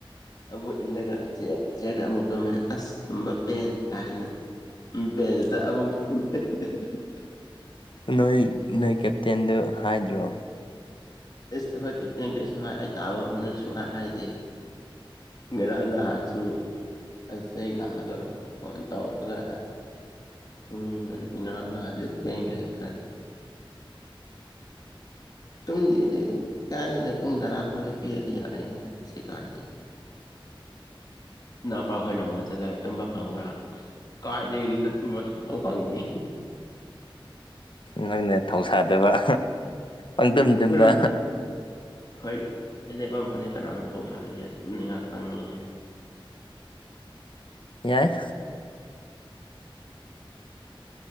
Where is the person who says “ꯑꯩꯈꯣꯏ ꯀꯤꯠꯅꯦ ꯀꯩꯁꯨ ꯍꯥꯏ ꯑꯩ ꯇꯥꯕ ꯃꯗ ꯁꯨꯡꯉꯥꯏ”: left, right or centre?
Left